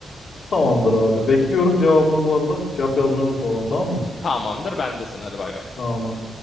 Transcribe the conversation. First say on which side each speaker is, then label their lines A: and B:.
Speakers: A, on the left; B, on the left.
A: Tamamdır abi. Bekliyorum cevabını bu arada. Cevap yazmayı unutma bana, tamam mı?
B: Tamamdır bendesin hadi bay bay.
A: Tamam.